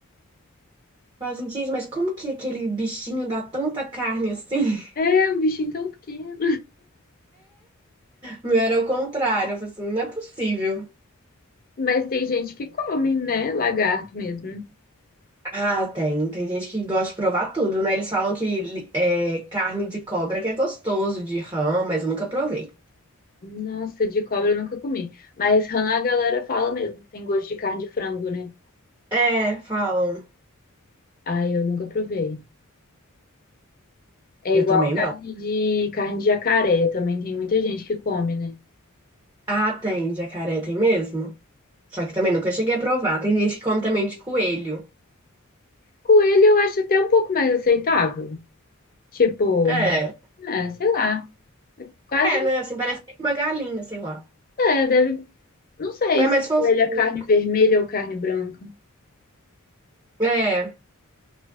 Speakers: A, on the right (about 20°); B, on the left (about 45°).
A: Falava assim, gente, mas como que aquele bichinho dá tanta carne assim?
B: É um bichinho tão pequeno.
A: O meu era o contrário. Eu falei assim, não é possível.
B: Mas tem gente que come, né? Lagarto mesmo.
A: Ah, tem. Tem gente que gosta de provar tudo, né? Eles falam que li- é carne de cobra que é gostoso, de rã, mas eu nunca provei.
B: Nossa, de cobra eu nunca comi. Mas rã a galera fala mesmo que tem gosto de carne de frango, né?
A: É, falam.
B: Ai, eu nunca provei. É
A: Eu
B: igual
A: também
B: carne
A: não.
B: de carne de jacaré, também tem muita gente que come, né?
A: Ah, tem. Jacaré tem mesmo. Só que também nunca cheguei a provar. Tem gente que come também de coelho.
B: Coelho eu acho até um pouco mais aceitável. Tipo,
A: É.
B: é, sei lá, quase
A: É, né? Assim, parece que é uma galinha, sei lá.
B: não é, deve, não sei
A: É
B: se
A: mais fofinho.
B: coelho é carne vermelha ou carne branca.
A: É,